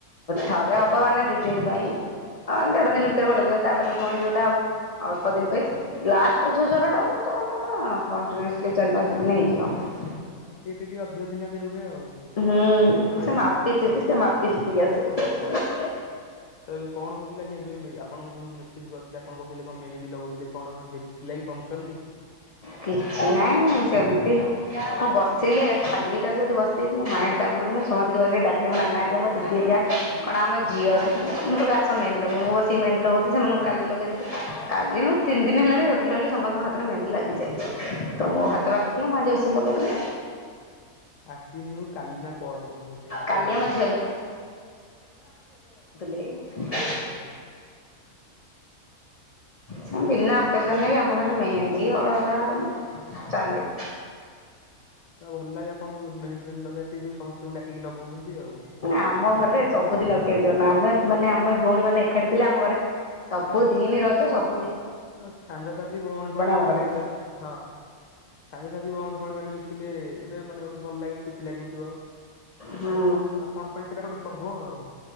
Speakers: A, on the left; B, on the left.
A: ଥରେ ହବ ମାନେ ଦି ଦିନି ପାଇଁଁ ଆ ଦେଢ଼ ଦିନ ଭିତରେ ଭଲ ଯିବ ତାପରେ ପୁଣି ଯୋଉଟା ଅଳ୍ପ ଦିନ ପାଇଁ ଲାଷ୍ଟରେ ଯୋଉା ଜରଟା ହବ ସେଟାମାନେ ପୁରା କଣ୍ଟିନିଉସିଲି। ଏ ଚାରି ପାଞ୍ଚ ଦିନ ହେଇଯିବ।
B: ହଁ ଟିକେ ଟିକେ ଅଧିକ ଦିନ ଧରି ରୁହେ ଆଉ।
A: ହୁଁ
B: ଥଣ୍ଡା
A: ସେ
B: ଜର
A: ମାପି
B: ଟା ଆଉ।
A: ଚିପି ସେ ମାପି ଚିପିକି ଆସେ।
B: ଅହ ତ ଏବେ କଣ ହଉଥିଲା କି ଏବେ ମି ଆ ଆପଣଙ୍କୁ ଯୋଉ ମେସେଜ କରିଥିଲି ଆପଣ କହୁଥିଲେ କଣ ମେହେନ୍ଦୀ ଲଗୁଥିଲେ କଣ ଥିଲା ଫଙ୍କସନ କିଛି?
A: କିଛି ନାଇଁ ସେମିତି ମୁଁ ବସିଲେ ଖାଲିଟାରେ ଯଦି ବସିଥିବି ମୋ ମାଇଣ୍ଡ କାମ ମୁଁ ସମସ୍ତିଙ୍କି ବସିକି ଡ଼ାକିମି ନା ନା ଆରିକା ମୋ ଦିଦି ହାରିକା କଣ ଆମ ଝିଅ କି ମୁଁ କବି ଆସ ମେନ୍ଦୀ ଲଗେଇବ ମୁଁ ବସି ମେନ୍ଦୀ ଲଗଉଥିଲି ସେମାନଙ୍କୁ କାଲି ଲଗେଇଦେଇଥିଲି କାଲିନୁ ତିନି ଦିନି ହେଲାଣି ରେଗୁଲାରଲି ସମସ୍ତଙ୍କହାତରେ ମେହେନ୍ଦି ଲାଗିଛି। ତ ମୋ ହାତ ବାକି ଥିଲା ମୁଁ ଆଜି ଲଗଉଥିଲି।
B: ଆଖିନୁ କାଲି ନା ପଅରଦିନ ବୋଧେ
A: କାଲି
B: ପଅରଦିନ
A: ଆମ ଝିଅ ହେରିକା ଏ
B: ଓହୋ।
A: ହୁଁ ବିନା ଅକେଜନରେ ବି ଆମ ଘରେ ମେହେନ୍ଦୀ ହଳ ତା ଚାଲେ
B: ତ ଭଲ ଲାଗେ ଆପଣଙ୍କୁ ମେହେନ୍ଦୀ ଫେହେନ୍ଦୀ ଲଗେଇବା ସେ ଯୋଉ ସମସ୍ତଙ୍କୁ ଡାକିକି ଲଗଉଛନ୍ତି ଆଉ।
A: ଆମ ଘରେ ସବୁଦିନ ଅକେଜନ ଆମେ ମାନେ ଆମେ ଭଉଣୀ ମାନେ ଏକାଠି ଥିଲେ ଆମ ଘରେ ସବୁ ଦିନି ରଜ ସବୁ
B: ସାଙ୍ଗସାଥି ଭଉଣୀ ଫଉଣୀ ମାନେ
A: ଆମ ଘରେ
B: ମିଶିଲେ ତ ହଁ ସାଙ୍ଗସାଥି ଭଉଣୀ ଫଉଣୀ ମାନେ ମିଶିଲେ ଗୋଟେ ମାନେ ଗୋଟେ ଭଲ ଲାଗେ ଖୁସି ଖୁସି ଲାଗୁଥିବ
A: ହୁଁ
B: ଆପଣଙ୍କ ପାଇଁ ସେଇଟା ଗୋଟେ ପର୍ବ ଆଉ।